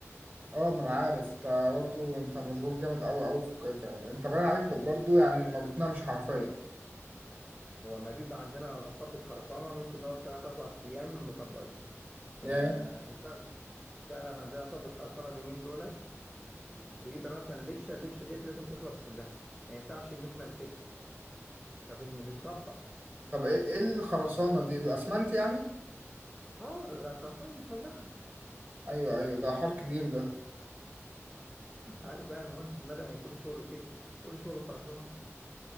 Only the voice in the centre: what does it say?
هو ما بيبقى عندنا صبة خرسانة ممكن نقعد تلات أربع أيام مطبقين
فاحنا فعلا فعلا عندنا صبة خرسانة اليومين دولت بيبقى مثلا لبشة اللبشة ديت لازم تخلص كلها ما ينفعش إن إحنا نسيبها فبنطبق
آه الخرسانة المسلحة
أنت عارف بقى المهندس المدني كل شغله كده كل شغله خرسانة